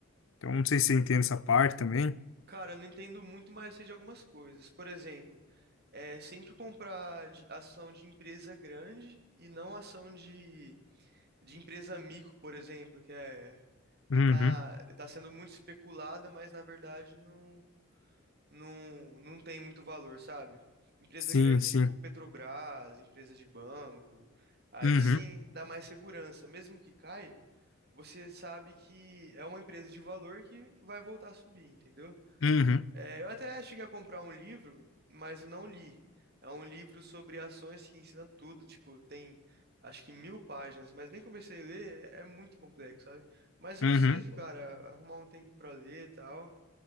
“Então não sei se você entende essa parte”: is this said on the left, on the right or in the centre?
Left